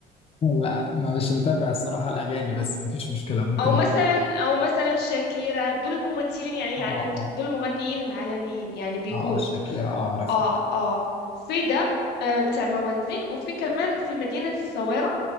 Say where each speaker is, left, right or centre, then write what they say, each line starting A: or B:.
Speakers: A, on the left; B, on the left.
A: لا مش متابع الصراحه الاغاني بس مفيش مشكله ممكن
B: او مثلا
A: اه
B: او مثلا شاكيرا دول ممثلين يعني الع...
A: اه
B: دول مغنيين العالميين يعني بيقولوا
A: اه آه، شاكيرا اه اعرفها
B: اه اه في ده آه بتاع موازين وفي كمان في مدينة الصويرة